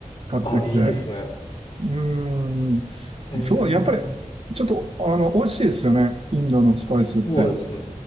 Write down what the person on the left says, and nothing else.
あ、いいですね。
へえ、
そうですね。